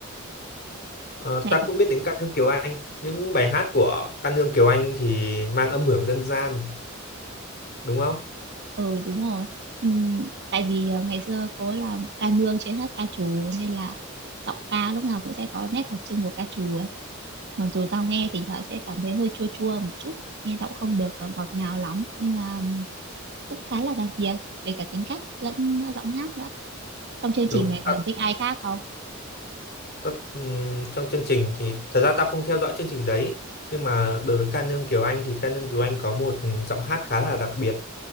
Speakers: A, on the left; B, on the right.
A: Ờ,
B: mày
A: tao
B: có
A: cũng biết đến ca nương Kiều Anh những bài hát của ca nương Kiều Anh thì mang âm hưởng dân gian đúng không?
B: ừ đúng rồi Ừm, tại vì à, ngày xưa cô ấy là ca nương trên hết ca trù nên là giọng ca lúc nào cũng sẽ có nét đặc trưng của ca trù ấy mặc dù tao nghe thỉnh thoảng sẽ cảm thấy hơi chua chua một chút nghe giọng không được ờ, ngọt ngào lắm nhưng mà ừm, cũng khá là đặc biệt về cả tính cách lẫn ờ, giọng hát nữa trong chương
A: Đúng
B: trình mày còn thích ai khác không
A: Tớ- ừm, trong chương trình thì thật ra tao không theo dõi chương trình đấy nhưng mà đối với ca nương Kiều Anh thì ca nương Kiều Anh có một giọng hát khá là đặc biệt